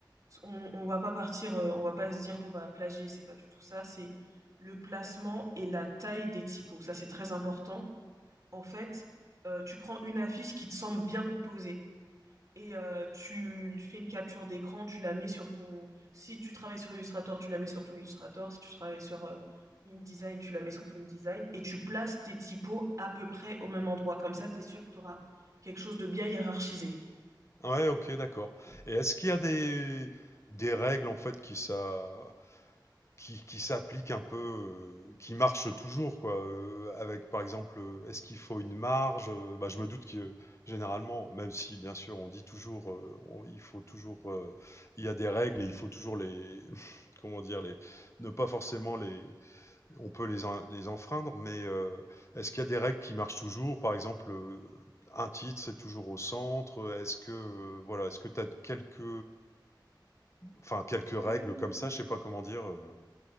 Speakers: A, on the right (about 40°); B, on the left (about 35°).
A: on, on va pas partir, euh, on va pas se dire qu'on va plagier, c'est pas du tout ça. C'est le placement et la taille des typos. Ça, c'est très important. En fait, euh, tu prends une affiche qui te semble bien composée et euh, tu fais une capture d'écran, tu la mets sur ton... Si tu travailles sur Illustrator, tu la mets sur ton Illustrator. Si tu travailles sur euh, InDesign, tu la mets sur ton InDesign. Et tu places tes typos à peu près au même endroit. Comme ça, tu es sûr que tu auras quelque chose de bien hiérarchisé.
B: Ouais, ok, d'accord. Et est-ce qu'il y a des des règles en fait qui ça Qui qui s'applique un peu, heu, qui marche toujours quoi, heu, avec par exemple, heu, est-ce qu'il faut une marge? Heu, bah, je me doute que euh, généralement, même si bien sûr on dit toujours, heu, on il faut toujours, heu, il y a des règles et il faut toujours les <laughs> comment dire? Les ne pas forcément les on peut les en les enfreindre, mais, heu, est-ce qu'il y a des règles qui marchent toujours? Par exemple, heu, un titre, c'est toujours au centre, est-ce que, heu, voilà, est-ce que tu as quelques enfin quelques
A: Hum,
B: règles comme ça? Je sais pas comment dire, euh.